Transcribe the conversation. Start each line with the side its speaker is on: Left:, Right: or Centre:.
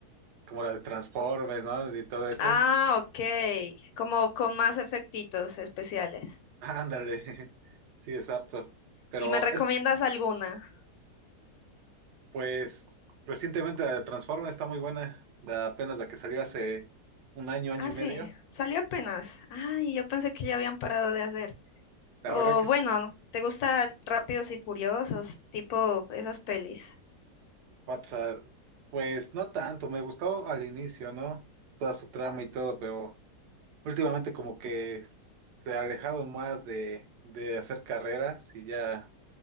Right: como la de Transformers, ¿no? Y todo ese.
Left: ah, ok. Como con más efectitos especiales.
Right: Ándale. <laughs> Sí, exacto. Pero
Left: ¿Y me recomiendas
Right: es,
Left: alguna?
Right: pues, recientemente la de Transformers está muy buena. La, apenas la que salió hace un año, año
Left: Ah,
Right: y
Left: sí,
Right: medio.
Left: salió apenas. Ay, yo pensé que ya habían parado de hacer.
Right: La
Left: O
Right: verdad que
Left: bueno,
Right: sí,
Left: ¿te gusta Rápidos y Furiosos, tipo esas pelis?
Right: WhatsApp, pues no tanto. Me gustó al inicio, ¿no? Toda su trama y todo, pero últimamente como que se alejaron más de, de hacer carreras y ya.